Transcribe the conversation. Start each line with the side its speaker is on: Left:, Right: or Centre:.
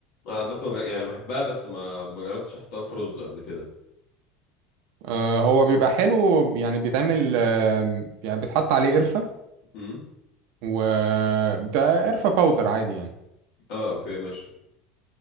Left: آه بس ما جر... يعني بحبها بس ما ما جربتش احطها في رز قبل كده
Right: آه هو بيبقى حلو يعني بيتعمل آه يعني بيتحط عليه قرفة
Left: امم
Right: و ده قرفة باودر عادي يعني
Left: اه اوكي ماشي